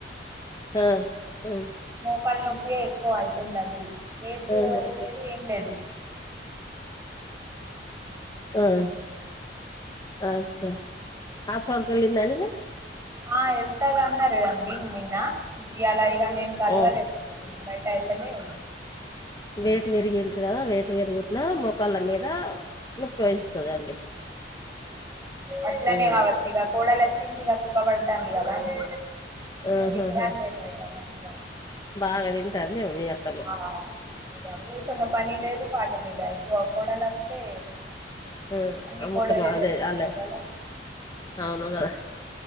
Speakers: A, on the left; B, on the right.
A: ఆ ఆ
B: మోకాలు నొప్పి ఎక్కువ అవుతుందండి ఏజ్
A: ఆ అచ్చ
B: లేదు ఏం లేదు
A: ఆ అచ్చా హాస్పిటల్ కి వెళ్లిందా అండి మరీ
B: ఆ వెళ్తాగన్నార అండి నిన్న ఇయాల నేను కల్వ
A: ఓ
B: లేదండీ నేను బయట ఎల్లలే
A: వేటు పెరిగిట్ కదా వేటు పెరుగుట్లా మోకాళ్ళ మీద ఉపయోగిస్తుదండి
B: అట్లనే
A: ఉమ్
B: కావచ్చు ఇగ కోడలు వచ్చింది ఇగ సుఖపడతాంది కదాండి
A: ఆహాహా
B: తింటాంది ఎమో ఇగ మంచిగా
A: బాగా తింటాంది మీ అత్తమ్మ
B: ఆ ఇగ కూర్చున్న పని లేదు పాట లేదాయి కోడలు వస్తే
A: ఆ
B: అన్ని
A: ఆ
B: కోడలే
A: మొత్తమ్మ అదే
B: చేసుకుంటారు
A: అల్లే
B: కదా
A: అవును కదా